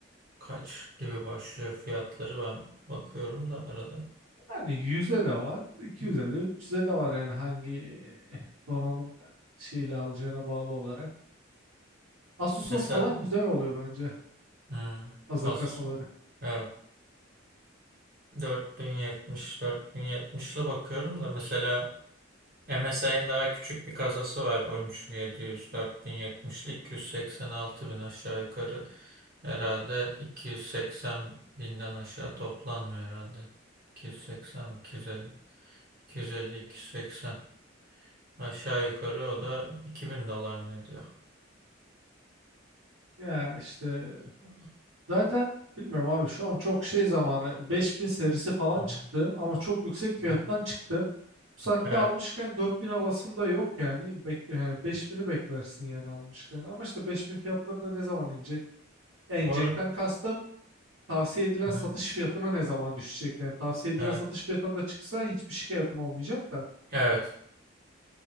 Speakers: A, on the right (about 50°); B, on the right (about 80°).
A: kaç gibi başlıyor fiyatları ben bakıyorum da arada.
B: Yani 100'e de var, 200'e
A: Hı.
B: de, 300'e de var yani hangi eh, donanım şeyle alacağına bağlı olarak. Asus'un
A: Mesela
B: falan güzel oluyor bence
A: Hmm,
B: hazır
A: az.
B: kasaları.
A: Evet. 4070, 4070'li bakıyorum da mesela MSI'nin daha küçük bir kasası var. 13700, 4070'li 286 bin yetmişli iki yüz seksen altı bin aşağı yukarı. Herhalde 280 binden aşağı toplanmıyor herhalde. 280, 250, 250, 280. Aşağı yukarı o da 2000 dolar mı ediyor?
B: Ya işte
A: Hı
B: zaten bilmiyorum abi şu an çok şey zamanı 5000 serisi falan
A: hı,
B: çıktı ama çok yüksek fiyattan
A: hı hı.
B: çıktı. Bu saatte
A: Evet,
B: almışken 4000 alasım da yok yani. Bek yani 5000'i beklersin yani almışken. Ama işte 5000 fiyatları da ne zaman inecek? E, inecekten
A: doğru.
B: kastım. tavsiye edilen
A: Hı
B: satış
A: hı.
B: fiyatına ne zaman düşecek? Yani tavsiye edilen
A: Evet.
B: satış fiyatına da çıksa hiçbir şikayetim olmayacak da.
A: Evet.